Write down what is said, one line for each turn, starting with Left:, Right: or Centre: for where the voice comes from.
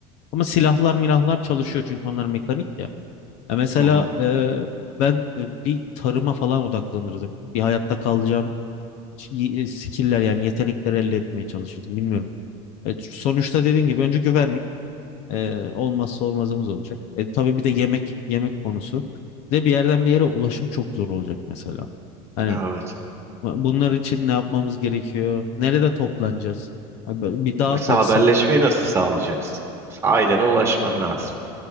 Left: Ama silahlar milahlar çalışıyor çünkü onlar mekanik ya. Ya mesela
Right: Hı hı.
Left: e, ben e, bir tarıma falan odaklanırdım. Bir hayatta kalacağım şey- e, skill'ler yani yetenekler elde etmeye çalışırdım. Bilmiyorum. E, sonuçta dediğin gibi önce güvenlik e, olmazsa olmazımız olacak. E, tabii bir de yemek yemek konusu. Bir de bir yerden bir yere ulaşım çok zor olacak mesela. Hani
Right: Evet.
Left: e, bunlar için ne yapmamız gerekiyor? Nerede toplanacağız? Abi, Bir dağa
Right: Mesela
Left: kaçsam.
Right: haberleşmeyi nasıl sağlayacaksın? Mesela ailene ulaşman lazım.